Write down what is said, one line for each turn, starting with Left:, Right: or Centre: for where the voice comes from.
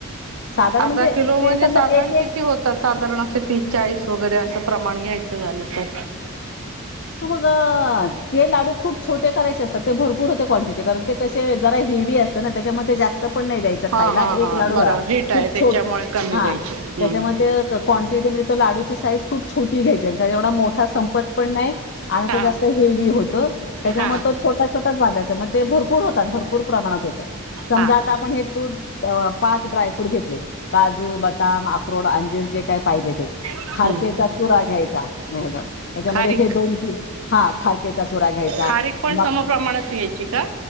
Left: साधारण
Right: अर्धा
Left: म्हणजे
Right: किलो मधे
Left: ते समजा
Right: साधारण
Left: एक एक
Right: किती होतात? साधारण अस ती- चाळीस वगैरे असं प्रमाण घ्यायच झालं तर.
Left: हा मग -ते लाडू खूप- छोटे करायचे असतात. ते भरपूर होते क्वांटिटी. कारण ते कसे जरा हेवी असतं ना? त्याच्यामध्ये जास्त- -स्त पण नाही द्यायच
Right: हा
Left: खायला.
Right: हा हा
Left: एक लाडू
Right: बरोबर
Left: वळा.
Right: हिट आहे
Left: खूप
Right: त्याच्यामुळे
Left: छोट
Right: कमी
Left: हा.
Right: द्यायचे
Left: त्याच्याम
Right: हम्म
Left: - क्वान्टिटी म्हणजे लाडूची साईज खूप छोटी घ्यायची. कारण एवढा मोठा संपत पण नाही. आणि
Right: हा
Left: तो जास्त हे - हेवी होतं. त्याच्यामुळं
Right: हा
Left: तो छोटा छोटाच बांधायचा. म ते भरपूर होतात भरपूर. -पूर प्रमाणात होतात. समजा
Right: हा
Left: आता आपण हे तूप- अ पाच ड्रायफ्रूट घेतले. काजू, बदाम, अख्रोड, अंजीर जे काय पाहिजे ते.
Right: हम्म
Left: खारकेचा चुरा घ्यायचा. त्याच्यामध्ये
Right: खारीक
Left: हे दोन तीन- हां. खारकेचा चुरा घ्यायचा.
Right: खारीक पण समप्रमाणात
Left: मग-
Right: घ्यायची का